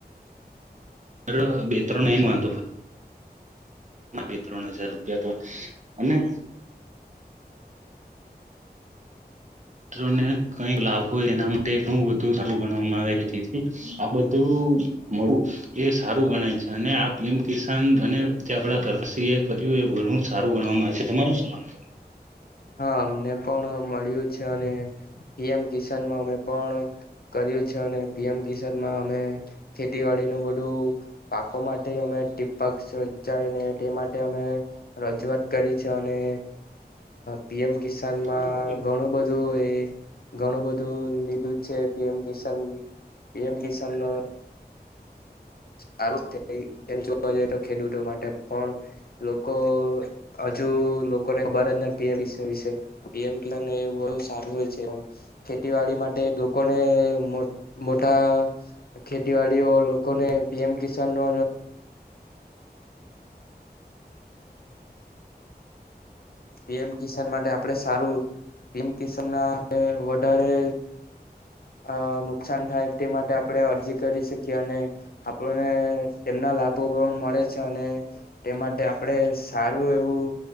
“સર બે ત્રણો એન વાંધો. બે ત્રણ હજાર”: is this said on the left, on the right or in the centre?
Right